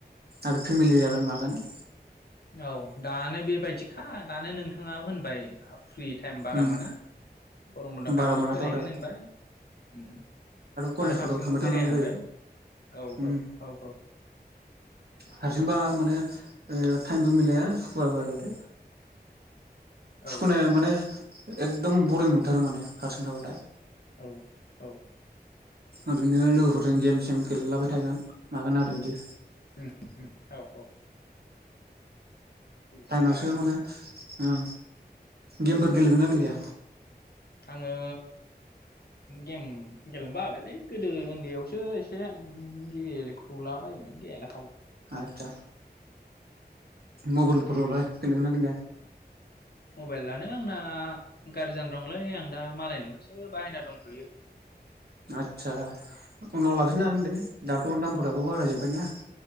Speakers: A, on the right; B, on the left.
A: आरो फेमिलि जागोन मागोन।
B: औ दानो बेबायदिखा दानो नोंथाङा होनबाय फ्रि टाइम बारा
A: उम
B: मोना गरम बन्द' खाथियावसो
A: बारा मोनाथ'
B: बेरायहैगोन
A: आरो
B: होनबाय। उम
A: कलेजफोराव
B: आरो हारसिंबो
A: थांबाय
B: बेराया
A: थानांगौ
B: होनबाय।
A: जायो
B: औ
A: उम
B: औ औ औ।
A: हारसिंबा माने ओ टाइमबो मिलाया सुखुवाबो आरोलै।
B: औ
A: सुखुनाय माने एकदम बरिं मोनथारो माने हारसिं थाबाथाय।
B: औ औ।
A: ओरैनो लोगोफोरजों गेम सेम गेलेलाबाय थागोन मागोन आरो बिदि।
B: ओं ओं औ औ। बिदिसो
A: टाइमासो
B: होमबाना
A: माने
B: नोंथां
A: ओं गेमफोर गेलेगोनना गेलेया?
B: आङो गेम गेलेनो बाबायलै गोदो ओन्दैयावसो एसे गेले ख्रुला बायोमोन गेले
A: आदसा। मबाइलफोरावलाय गेलेयो ना गेलेया?
B: मबाइलानो आंना गारजि जाना दंलै आं दा मालायनि सो बाहायना दंथ'यो।
A: आदसा उनाव लाफिननो हागोन दे दाथ' दामफोराबो बाराय जोबबायना।